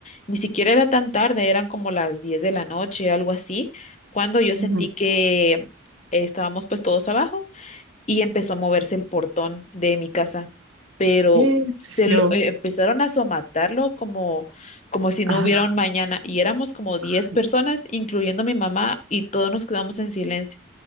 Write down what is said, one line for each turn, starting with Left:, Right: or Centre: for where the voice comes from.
Left: Ni siquiera era tan tarde, eran como las 10 de la noche, algo así, cuando yo sentí
Right: ujú.
Left: que eh, estábamos pues todos abajo y empezó a moverse el portón de mi casa, pero
Right: ¿Qué? sé
Left: se
Right: Yo,
Left: lo- eh, empezaron a somatarlo como, como si no
Right: ajá.
Left: hubiera un mañana y éramos como diez
Right: ay,
Left: personas, incluyendo mi mamá, y todos nos quedamos en silencio.